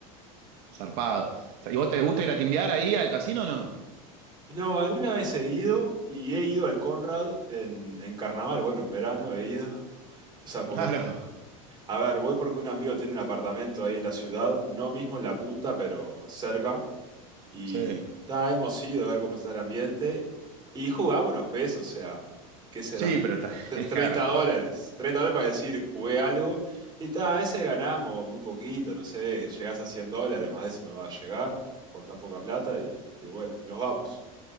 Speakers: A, on the right; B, on the right.
A: Zarpado. O sea, ¿Y vos te gusta ir a timbiar ahí al casino o no?
B: No, alguna vez he ido y he ido al Conrad en, en carnaval, bueno, en verano he ido. O sea, porque,
A: Claro,
B: a ver, voy porque un amigo tiene un apartamento ahí en la ciudad, no mismo en la punta, pero cerca. Y
A: sí.
B: ta, hemos ido a ver cómo está el ambiente y jugamos unos pesos, o sea, ¿qué serán?
A: Sí, pero está,
B: Tre-
A: <laughs>
B: 30
A: claro.
B: dólares. treinta dólares para decir, jugué algo. Y ta, a veces ganamos muy poquito, no sé, llegás a 100 dólares, más de eso no va a llegar con tan poca plata y, y bueno, y nos vamos.